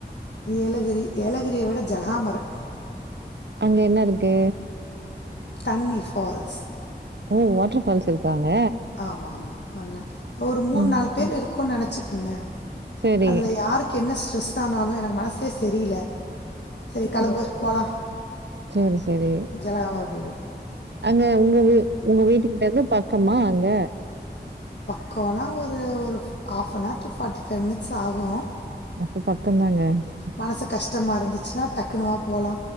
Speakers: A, on the left (about 85°); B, on the right (about 80°).
A: ஏலகிரி ஏலகிரிய விட ஜல்ஹாம்மரு
B: அங்க என்ன இருக்கு
A: தண்ணி ஃபால்ஸ்
B: ஓ வாட்டர் ஃபால்ஸ் இருக்காங்க
A: ஆமா ஆமா அண்ண ஒரு மூணு
B: ம்.
A: நாலு பேரு இருக்கோனு நெனச்சிக்குங்க
B: சரி,
A: அதுல யாருக் கென்ன ஸ்ட்ரெஸானாலு எனக்கு மனஸே ஸெரில சரி கெளம்பு போலா
B: சரி, சரி.
A: ஜலகாமர் பொய்டோ
B: அங்க உங்க உங்க வீட்டு கிட்ட இருந்து பக்கமா அங்க
A: பக்கொனா ஒரு ஒரு half an hour to forty five minutes ஆகு
B: அப்ப பக்கந்தாங்க க
A: மனசு கஷ்டமா இருந்துச்னா டக்குனுவா போலா